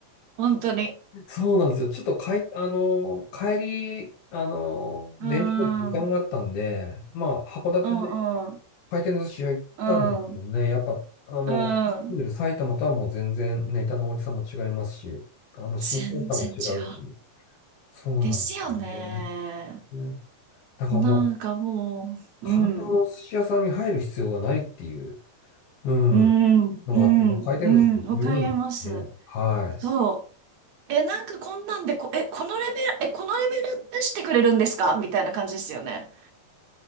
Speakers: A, on the right; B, on the left.
A: 本当に。
B: そうなんですよ。ちょっとかい、あのー、帰り、あのー、
A: うーん、
B: 電車の時間があったんで、
A: うん、
B: まあ、函館で
A: うん、
B: 回転寿司屋行ったんですけどね、
A: うん。
B: やっぱ、あの、
A: うん。
B: 住んでる埼玉とはもう全然ネタの大きさも違いますし、あの、新鮮さも違うし、
A: 全然違う。
B: そうなんですよ
A: ですよね。
B: ね。だからもう、
A: なんかもう、
B: 簡単なお寿司屋さんに入る必要がないっていう、
A: うん。
B: うん、
A: うん、
B: のがあって、
A: うん、
B: もう回転寿司で十分ね。
A: うん、わかります。
B: はい。
A: そう。え、なんかこんなんでこ、え、このレベル、え、このレベル出してくれるんですかみたいな感じですよね。